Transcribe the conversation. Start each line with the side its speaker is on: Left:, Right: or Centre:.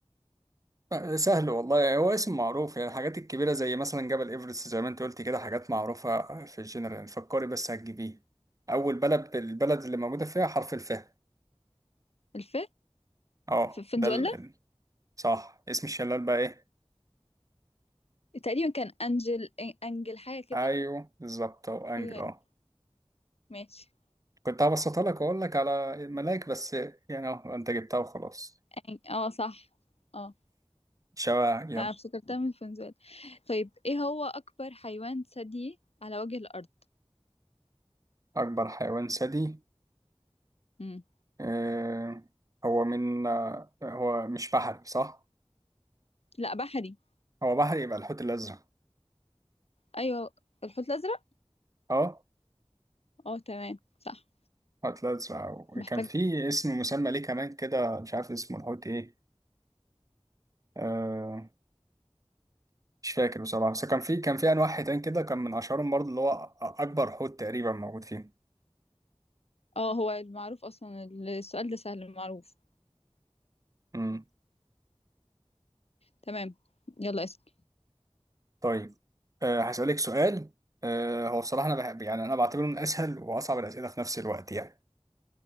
Right: آه، سهل والله يعني هو اسم معروف يعني الحاجات الكبيرة زي مثلا جبل إيفرست زي ما انت قلت كده حاجات معروفة في الجنرال يعني فكري بس هتجيبيه أول بلد البلد اللي موجودة فيها حرف الفاء
Left: الف
Right: اه
Left: ف- فنزويلا
Right: ده ال... ال- صح اسم الشلال بقى ايه
Left: تقريبا كان انجل أن- انجل حاجة كده
Right: أيوه بالظبط أهو أنجل
Left: ايوه ايوه
Right: اه
Left: ماشي
Right: كنت هبسطها لك وأقول لك على الملاك بس يعني اه انت جبتها وخلاص
Left: أن- اه صح اه
Right: شبع يلا
Left: انا افتكرتها من فنزويلا طيب ايه هو اكبر حيوان ثديي على وجه الارض
Right: أكبر حيوان ثدي
Left: مم.
Right: آه هو من آه هو مش بحري صح؟
Left: لا بحري
Right: هو بحري يبقى الحوت الأزرق
Left: ايوه الحوت الازرق
Right: اه
Left: اه تمام صح
Right: حوت الأزرق وكان
Left: محتاج
Right: في اسم مسمى ليه كمان كده مش عارف اسمه الحوت إيه آه مش فاكر بصراحة بس كان في كان في أنواع حيتان كده كان من أشهرهم برضه اللي هو أ- أكبر حوت تقريبا موجود فيه
Left: اه هو المعروف اصلا السؤال ده سهل المعروف
Right: امم
Left: تمام يلا اسال
Right: طيب آه هسألك سؤال آه هو بصراحة أنا بحب يعني أنا بعتبره من أسهل وأصعب الأسئلة في نفس الوقت يعني